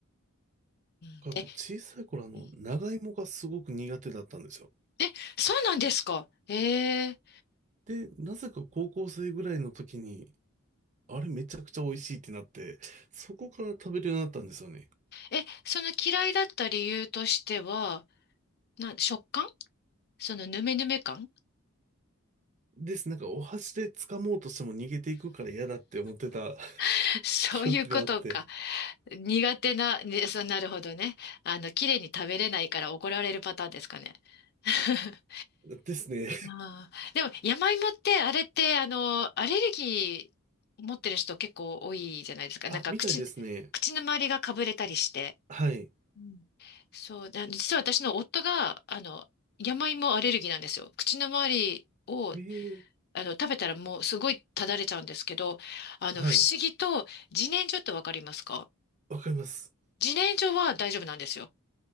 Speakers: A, on the left (about 50°); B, on the right (about 35°).
A: うん、
B: あと、
A: で、
B: 小さい頃、あの、
A: うん
B: 長芋がすごく苦手だったんですよ。
A: え、そうなんですか。ええ
B: で、なぜか高校生ぐらいの時に、あれめちゃくちゃ美味しいってなって、そこから食べるようになったんですよね。
A: え、その嫌いだった理由としては、な、食感そのヌメヌメ感
B: です。なんか、お箸で掴もうとしても逃げていくから嫌だって思ってた
A: <laughs>
B: <laughs>
A: そういうことか。
B: 記憶があって。
A: 苦手な、ね、そう、なるほどね。あの、綺麗に食べれないから怒られるパターンですかね。<laughs>
B: ですね。
A: ああ、でも山芋ってあれってあのアレルギー持ってる人結構多いじゃないですか。
B: あ、
A: なんか口、
B: みたいですね。
A: 口の周りがかぶれたりして。
B: はい。
A: うんそう、で実は私の夫があの山芋アレルギーなんですよ。口の周りを
B: ええ、
A: あの食べたらもうすごいただれちゃうんですけど、あの不思議と自然薯ってわかりますか
B: はい。わかります。
A: 自然薯は大丈夫なんですよ。